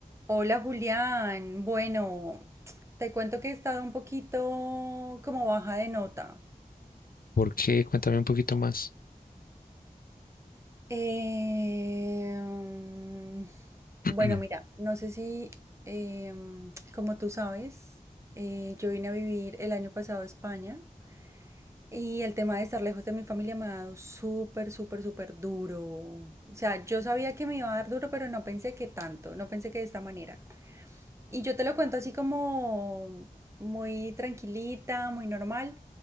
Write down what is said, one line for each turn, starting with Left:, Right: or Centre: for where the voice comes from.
Right: Hola Julián, bueno, te cuento que he estado un poquito como baja de nota.
Left: ¿Por qué? Cuéntame un poquito más.
Right: Em,
Left: <clears throat>
Right: bueno, mira, no sé si, em, como tú sabes, eh, yo vine a vivir el año pasado a España y el tema de estar lejos de mi familia me ha dado súper, súper, súper duro. O sea, yo sabía que me iba a dar duro, pero no pensé que tanto, no pensé que de esta manera. Y yo te lo cuento así como muy tranquilita, muy normal,